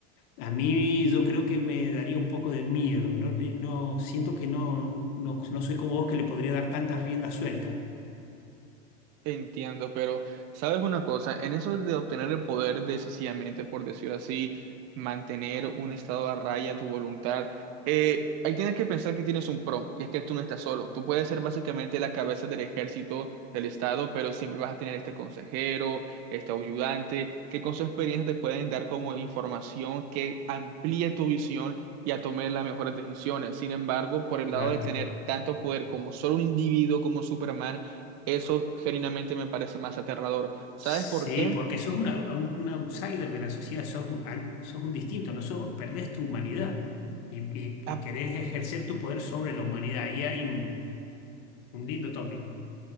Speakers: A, on the left (about 55°); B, on the right (about 45°).
A: A mí yo creo que me daría un poco de miedo, no, Eh, no siento que no, no, no soy como vos que le podría dar tanta rienda suelta.
B: Entiendo, pero sabes una cosa, en eso de obtener el poder de sencillamente, por decirlo así, mantener un estado a raya tu voluntad, eh, ahí tienes que pensar que tienes un pro, y es que tú no estás solo. Tú puedes ser básicamente la cabeza del ejército del estado, pero siempre vas a tener este consejero, este ayudante, que con su experiencia te pueden dar como información que amplíe tu visión. y a tomar las mejores decisiones. Sin embargo, por el
A: Claro.
B: lado de tener tanto poder como solo un individuo como Superman, eso genuinamente me parece más aterrador. ¿Sabes
A: Sí,
B: por qué?
A: porque sos una- un, un outsider de la sociedad, sos un, al- sos un distinto, no sos- perdés tu humanidad y, y-
B: Ah,
A: y querés ejercer tu poder sobre la humanidad. Ahí hay un, un lindo tópico.